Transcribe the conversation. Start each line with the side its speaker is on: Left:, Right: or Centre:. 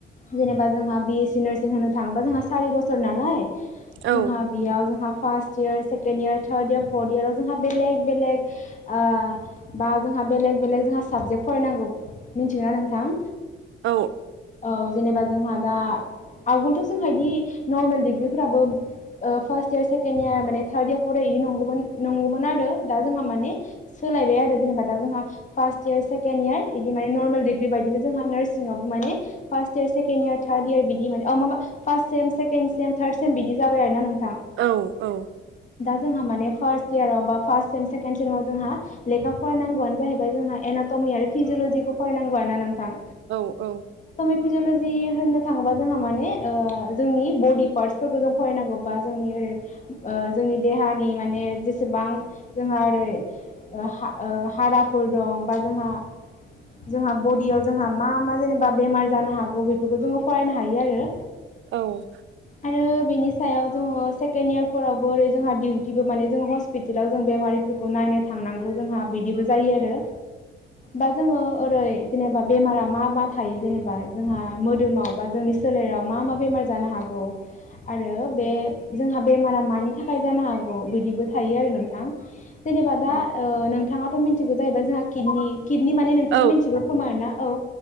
Left: जेनेबा जोंहा बि एस सि नार्सिं होननो थाङोबा जोंहा सारि बोसोर नालाय
Right: औ
Left: जोंहा बेयाव जोंहा first year second year third year fourth इयाराव जोंहा बेलेग-बेलेग ओ बा जोंहा बेलेक-बेलेग जोंहा साबजेक्ट फरायनांगौ मिथिगोना नोंथां?
Right: औ
Left: औ जेनेबा जोंहा दा आवगोलथ' जोंहा बिदि नरमेल दिडिग्रिफोराबो ओ फार्स्ट इयार सेकेणड इयार माने थार्द इयार फर्थ इार इदि नंगौमोन नंगौमोन आरो दा जोंहा माने सोलायबाय आरो जेनेबा दा जोंहा फार्स इयार सेकेणड इयार इदि माने नर्मेल डग्रि बायनो जोंहा नार्सिं आबो माने first year second year third year बिदि माने औ माबा first sem second sem third sem बिदि जाबाय आरो नों
Right: औ औ
Left: जोंहा माने फार्स्ट इयाराव बा फार्स्ट सेम सेकेणड सेमाव जोंहा लेखा फराय नांगौआनो जाहैबाय जोंहा एनाट'मि आरो फिजिअलज खौ फरायनांगौ आरो ना नोंथां।
Right: औ औ
Left: फिजिअल'जि होनो थाङोबा जोंहा मान ने जोंनि बडि पार्टसफोरखौ जों फरायनांगौ बा जोंनि ओरै ओ जोंनि देहानि माने जेसेबां जोंहा ओरै ओ हा ओजजझ हाराफोर दं बा जोंहा जोंहा बडियाव जोंहा मा मा जेनेबा बेमार जानो हागौ बेफोरखौ जोङो फरायनो हायो आरो
Right: औ
Left: आरो बेनि सायाव जोङो सेकेणड इयारफोरावबो ओरै जोंहा दिडिउटिबो माने जों हस्पिटेलाव जों बेमारिफोरखौ नायनो थांनांगौ जोंहा बिदिबो जायो आरो। बा जोङो ओरै जेनेबा बेमारा मा मा थायो जेनेबा जोंहा मोदोमाव बा जोंनि सोलेराव मा मा बेमार जानो हागौ आरो बे जोंहा बेमारा मानि थाखाय जानो हागौ बिदिबो थायो आरो नोंथां जेनेबा दा ओ नोंथाङाथ' मिथिगौ जाहैबाय जोंहा किडनि किदनि माने नोंथाङा
Right: औ
Left: मिथिगौ खोमा आरोना औ